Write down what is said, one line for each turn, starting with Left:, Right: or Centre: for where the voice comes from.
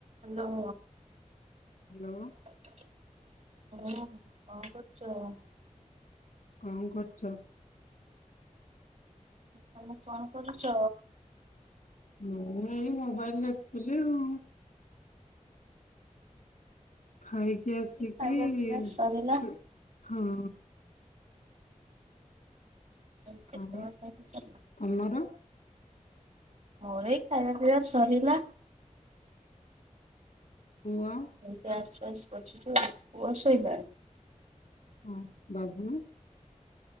Right: Hello.
Left: Hello.
Right: ହୁଁ କଁ କରୁଚ?
Left: କଁ କରୁଚ?
Right: ଓ ତମେ କଣ କରୁଚ?
Left: ମୁଁ ଏଇ ମୋବାଇଲ୍ ଦେଖୁଥୁଲି ଆଉ। ଖାଇକି ଆସିକି
Right: ଏଇ ଖାଇବା ପିଇବା ସରିଲା
Left: ଛୁ ହଁ।
Right: ଆଇ କେତୋଳେ
Left: ହଁ
Right: ଖାଇ ପିଇ ସାରିଲ?
Left: ତମର
Right: ମୋର ଏଇ ଖାଇବା ପିଇବା ସରିଲା।
Left: ଉଁ ପୁଅ?
Right: ଏଇ ଗ୍ୟାସ୍ ଫ୍ୟାସ୍ ପୋଛୁଚି ଲା ପୁଅ ଶୋଇଲାଣି।
Left: ହଁ ବାବୁ।